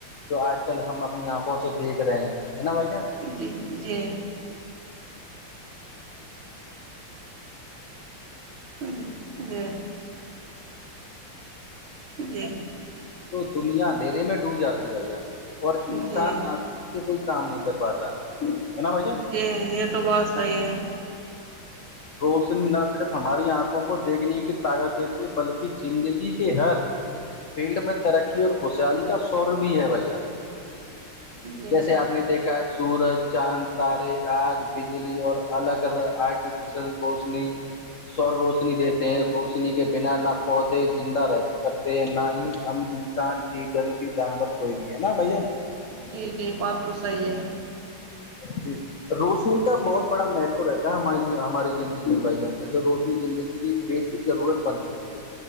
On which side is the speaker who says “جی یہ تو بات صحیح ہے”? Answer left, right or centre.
Right